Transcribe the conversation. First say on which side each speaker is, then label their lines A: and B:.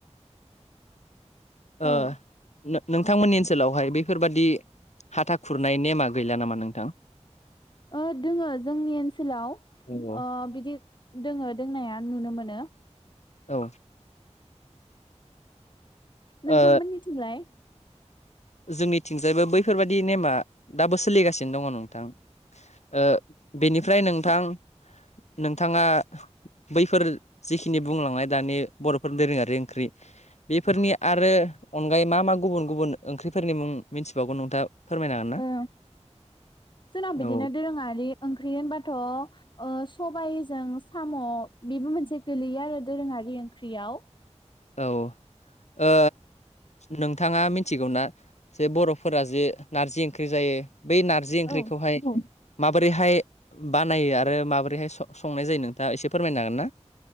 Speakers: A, on the left (about 70°); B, on the left (about 40°).
A: ओ
B: औ
A: नो नोंथांमोननि ओनसोलावहाय बेफोरबादि हाथा खुरनाय नेमा गैला नामा नोंथां?
B: ओ दोङो जोंनि ओनसोलाव ओ
A: नंगौ
B: बिदि दोङो दोंनाया नुनो मोनो।
A: औ
B: नोंथां
A: ओ
B: मोननिथिंलाय
A: जोंनिथिंजायबो बैफोरबायदि नेमा दाबो सोलिगासिनो दङ नोंथां ओ बेनिफ्राय नोंथां नोंथाङा बैफोर जिखिनि बुंलांनाय दानि बर'फोर दोरोङारि ओंख्रि बेफोरनि आरो अनगायै मा मा गुबुन गुबुन ओंख्रिफोरनि मुं मिथिबावगोन नोंथाङा? फोरमायनो हागोन ना?
B: ओ जोंना
A: औ
B: बिदिनो दोरोङारि ओंख्रि होनबाथ' ओ सबाइजों साम' बेबो मोनसे गोलैयो आरो दोरोङारि ओंख्रियाव
A: औ ओ नोंथाङा मिथिगौ ना जे बर'फोरा जे नारजि ओंख्रि जायो बै नारजि ओंख्रिखौहाय
B: औ
A: माबोरैहाय बानायो आरो माबोरैहाय स-संनाय जायो नोंथाङा एसे फोरमायनो हागोन ना?